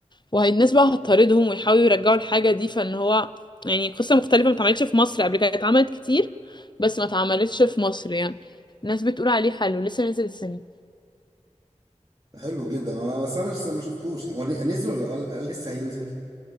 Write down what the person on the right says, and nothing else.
حلو جدا انا بس انا مش ما شفتوش هو نزل ولا قال قال لسه هينزل